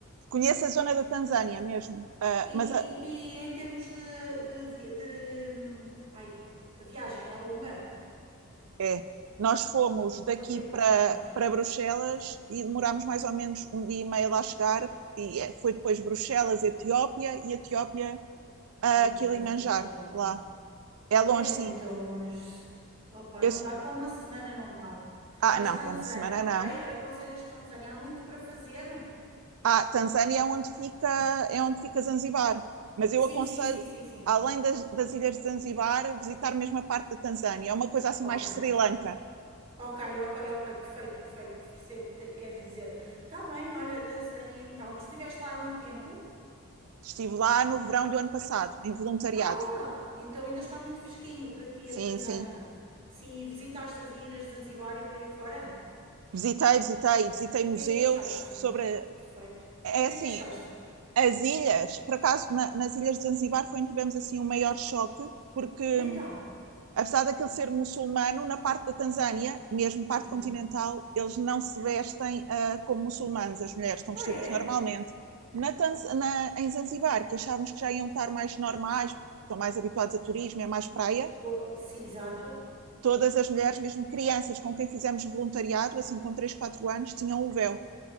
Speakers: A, on the right; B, on the right.
A: Conheço a zona da Tanzânia mesmo, ah,
B: e, e-
A: mas a-
B: e em termos de, de, vi- de, hum, ai, a viagem é longa?
A: é. Nós fomos daqui
B: Quanto tempo
A: para
B: mais ou menos?
A: para Bruxelas e demorámos mais ou menos um dia e meio lá chegar, e é- foi depois Bruxelas, Etiópia e Etiópia a
B: Ih
A: Kilimanjaro,
B: pá, mas é muito longe.
A: lá. É longe,
B: É muito
A: sim.
B: longe. Opa,
A: Eu,
B: não
A: s-
B: dá, para uma semana não dá.
A: ah,
B: Mas
A: não,
B: Tanzânia,
A: para uma semana
B: ok?
A: não.
B: Aconselhas Tanzânia, há muito para fazer?
A: Ah, Tanzânia é onde fica, é onde fica Zanzibar. Mas eu
B: Sim,
A: aconselho,
B: sim, sim, sim, sim.
A: além das, das ilhas de Zanzibar, visitar mesmo a parte da Tanzânia. É uma coisa assim
B: Ok.
A: mais Sri Lanka.
B: Ok, ok, ok, perfeito, perfeito, percebo o que te- queres dizer. Tá bem, olha, Tanzânia então, tu estiveste lá há muito tempo?
A: Estive lá no verão do ano passado, em voluntariado.
B: Ah, então ainda está muito fresquinho para ti
A: Sim,
B: a Tanzânia.
A: sim.
B: Sim, visitaste as ilhas de Zanzibar e por aí fora?
A: Visitei, visitei, visitei
B: O
A: museus
B: que é que achaste?
A: sobre.
B: Perfeito.
A: É
B: E o que
A: assim,
B: é que achaste?
A: as ilhas, por acaso, na, nas ilhas de Zanzibar foi onde tivemos assim um maior choque, porque
B: Então.
A: Apesar daquele ser muçulmano, na parte da Tanzânia, mesmo parte
B: Uhum.
A: continental, eles não se vestem uh, como muçulmanos, as mulheres estão
B: Ah,
A: vestidas
B: é?
A: normalmente. Na, Tanz... na em Zanzibar, que achávamos que já iam estar mais normais, estão mais habituados a turismo, é mais praia,
B: Pô, sim, exato.
A: todas as mulheres, mesmo crianças com quem fizemos voluntariado, assim com 3 4 anos, tinham o véu.